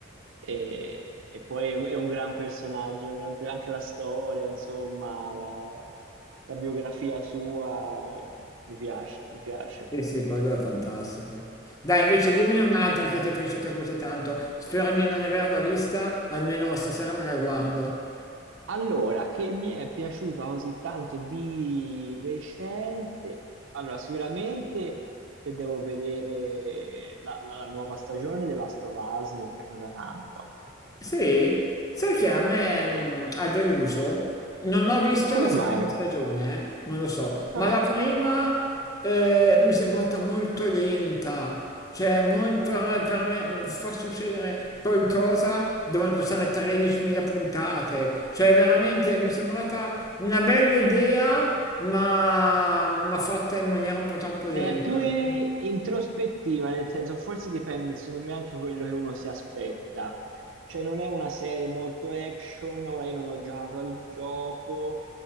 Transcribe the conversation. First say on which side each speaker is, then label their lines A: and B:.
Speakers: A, on the right (about 65°); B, on the left (about 15°).
A: E, e poi è un, è un gran personaggio, un gran pe- anche la storia, insomma, la, la biografia sua eh, mi piace, mi piace.
B: Sì, sì, quello è fantastico. Dai, invece dimmi un'altra che ti è piaciuta così tanto. Spero di non averla vista, almeno stasera me la guardo.
A: Allora, che mi è piaciuta così tanto di recente? Allora, sicuramente che devo vedere la, la- la nuova stagione della Last of Us, mi è piaciuta tanto.
B: Sì, sai che a me
A: E-
B: mm, ha deluso? Non ho visto
A: Come
B: la seconda
A: mai?
B: stagione, eh, Non lo so, ma
A: Ah.
B: la prima eh, mi è sembrata molto lenta. Cioè, mo- per, per me far succedere qualcosa devono passare 13.000 puntate. Cioè, veramente mi è sembrata una bella idea, ma, ma fatta in maniera un po' troppo
A: È
B: lenta.
A: più i-
B: Ecco.
A: introspettiva, nel senso, forse dipende, secondo me, anche quello che uno si aspetta. Cioè, non è una serie molto action, ora io non ho giocato al gioco,